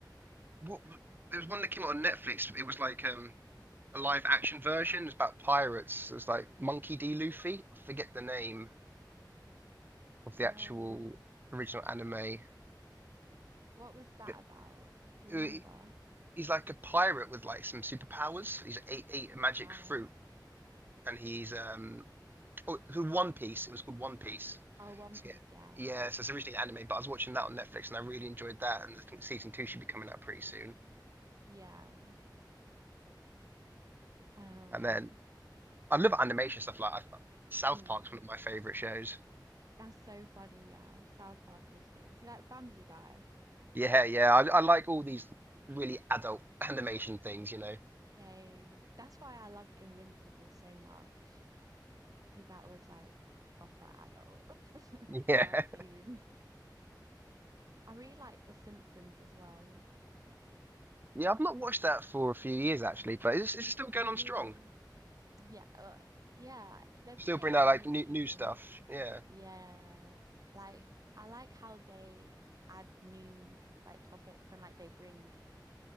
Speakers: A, on the right (about 25°); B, on the right (about 50°).
A: what there was one that came out on Netflix. It was like um a live action version. It was about pirates. It was like Monkey D. Luffy. I forget the name. of the
B: Oh.
A: actual original anime.
B: What was that
A: But
B: about? Do you remember?
A: uh, he- he's like a pirate with like some superpowers. He's ate ate a magic
B: Wow.
A: fruit, and he's um oh, who One Piece. It was called One Piece.
B: Oh, One
A: So,
B: Piece,
A: yeah,
B: yeah.
A: yeah. So it's originally anime, but I was watching that on Netflix, and I really enjoyed that. And I think season two should be coming out pretty soon.
B: Yeah. Um,
A: And then I love animation stuff like I, South
B: mm.
A: Park's one of my favorite shows.
B: That's so funny, yeah. South Park is great. See, like Family Guy.
A: Yeah, yeah. I, I like all
B: Yeah.
A: these really adult <laughs> animation things, you know.
B: So that's why I loved Invincible so much because that was like proper adult <laughs>
A: <laughs> Yeah.
B: cartoon. I really like The Simpsons as well.
A: Yeah, I've not watched that for a few years actually, but is, is it still going
B: Oh,
A: on
B: really?
A: strong?
B: Yeah, uh, yeah, they're bringing
A: Still bring
B: out
A: out like
B: new
A: new
B: seasons.
A: new stuff. Yeah,
B: Yeah. Like I like how they add new like topics and like they bring